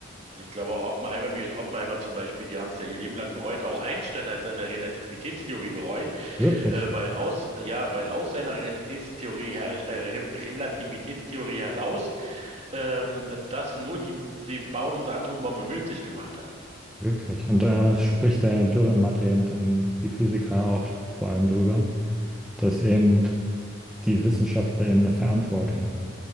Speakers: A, on the right; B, in the centre.
A: Ich glaube auch Oppenheimer, wie Oppenheimer zum Beispiel, die haben es ja ihr Leben lang bereut. Auch Einstein hat seine Relativitätstheorie bereut,
B: Wirklich.
A: äh, weil aus, ja, weil aus seiner Realitätstheorie her, äh, Re Relativitätstheorie heraus ähm, das nur die, den Bau dieser Atombombe möglich gemacht hat.
B: Wirklich. Und da spricht der Dürrenmatt eben dann die Physiker auch vor allem drüber, dass eben die Wissenschaftler eben eine Verantwortung